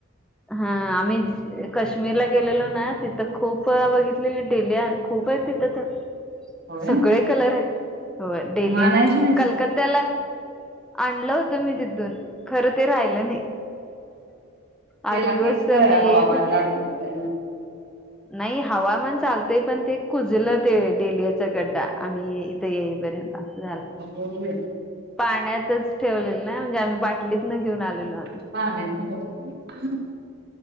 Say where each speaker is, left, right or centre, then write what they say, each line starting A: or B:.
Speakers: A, in the centre; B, on the right (about 50°).
A: हा आम्ही काश्मीरला गेलेलो ना तिथं खूप बघितलेली डेलीयान खूप आहे तिथं तर.
B: होय
A: सगळे कलर आहेत होय डेलीयि
B: मानायचे नाहीस
A: कलक
B: काय
A: त्याला आणलं होतं मी तिथून खरं ते राहिलं नाही.
B: तेला
A: आठ दिवस
B: तेच
A: मी
B: हवामान
A: येई
B: लागणार.
A: नाही हवामान चालतय पण ते कुजल ते डेलियाचा गड्डा आम्ही ते येईपर्यंत असं झालं.
B: हो <unintelligible>
A: पाण्यातच ठेवलेलं ना म्हणजे आम्ही बाटलीत न घेऊन आलेलो.
B: प नाही <unintelligible>